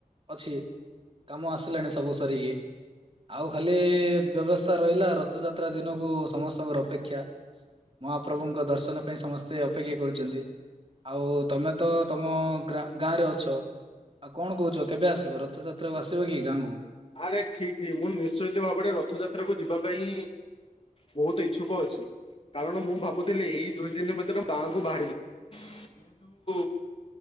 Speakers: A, on the right; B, on the left.
A: ଅଛି କାମ ଆସିଲାଣି ସବୁ ସରିକି ଆଉ ଖାଲି ବ୍ୟବସ୍ଥା ରହିଲା ରଥଯାତ୍ ତ୍ରା ଦିନକୁ ସମସ୍ତଙ୍କର ଅପେକ୍ଷା ମହାପ୍ରଭୁଙ୍କ ଦର୍ଶନ ପାଇଁ ସମସ୍ତେ ଅପେକ୍ଷା କରିଛନ୍ତି। ଆଉ ତମେ ତ ତମ ଗ୍ରା ଗାଁରେ ଅଛ ଆଉ କଣ କହୁଛ କେବେ ଆସିବ ରଥଯାତ୍ରାକୁ ଆସିବ କି ଗାଁକୁ?
B: ଆରେ ଠିକ ଠିକ୍ ମୁଁ ନିଶ୍ଚିତ ଭାବରେ ରଥଯାତ୍ରା କୁ ଯିବା ପାଇଁ ବହୁତ ଇଚ୍ଛୁକ ଅଛି। କାରଣ ମୁଁ ଭାବୁଥିଲି ଏଇ ଦୁଇ ଦିନ ଭିତରେ ଗାଁ କୁ ବାହାରିଯିବ ଯେହେତୁ